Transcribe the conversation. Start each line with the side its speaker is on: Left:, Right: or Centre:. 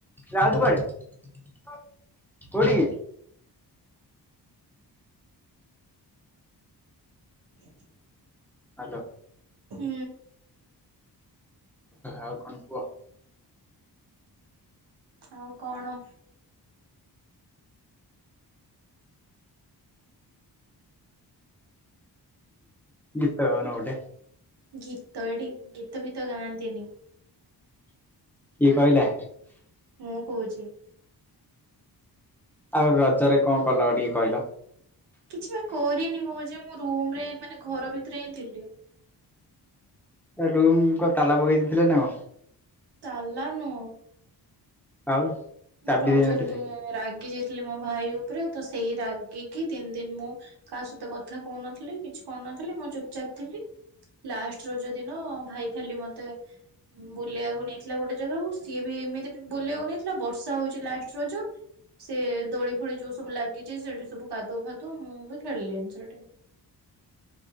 Centre: ଯାଉଚୁ କୁଆଡ଼େ କୋଉଠିକି?
Right: <inaudible>
Centre: ହାଲୋ।
Right: ହୁଁ।
Centre: ଆଉ କଣ କୁଅ?
Right: ଆଉ କଣ?
Centre: ଗୀତ ଗାଉନ ଗୋଟେ।
Right: ଗୀତ ଏଠି ଗୀତ ଫିତ ଗାଆନ୍ତିନି।
Centre: କିଏ କହିଲା?
Right: ମୁଁ କୋଉଚି।
Centre: ଆଉ ରଜରେ କଣ କଲ ଟିକେ କଇଲ।
Right: କିଛି ବା କରିନି। କହୁଚି ମୁଁ ରୁମ୍ ରେ ମାନେ ଘର ଭିତରେ ହିଁ ଥିଲି।
Centre: ରୁମ୍ କ ତାଲା ପକେଇ ଦେଇଥିଲେ ନା କଣ?
Right: ତାଲା ନୁ।
Centre: ଆଉ ଚାବି
Right: ମୁଁ ରଜରେ
Centre: ଦେଇନଥିଲେ
Right: ଟିକେ ରାଗି ଯାଇଥିଲି ମୋ ଭାଇ ଉପରେ। ତ ସେଇ ରାଗିକି ତିନି ଦିନ୍ ମୁଁ କାହା ସହିତ କଥା କହୁନଥିଲି। କିଛି କରୁନଥିଲି ମୁଁ ଚୁପ୍ ଚାପ୍ ଥିଲି। ଲାଷ୍ଟ ରଜ ଦିନ ଭାଇ ଖାଲି ମତେ ବୁଲିବାକୁ ନେଇଥିଲା ଗୋଟେ ଜାଗାକୁ ସିଏ ବି ଏମିତି ବୁଲିବାକୁ ନେଇଥିଲା ବ ର୍ଷା ହଉଚି ଲାଷ୍ଟ ରଜ। ସେ ଦୋଳି ଫୋଳି ଯୋଉ ସବୁ ଲାଗିଛି ସେଠି ସବୁ କାଦୁଆ ଫାଦୁଅ ମୁଁ ବି ଖେଳିଲିନି ସେଇଠି।